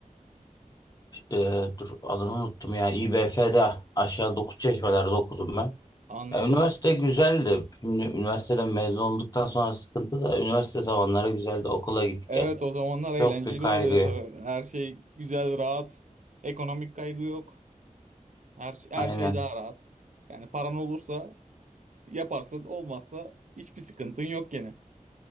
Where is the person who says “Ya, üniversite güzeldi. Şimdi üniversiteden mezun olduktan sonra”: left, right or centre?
Left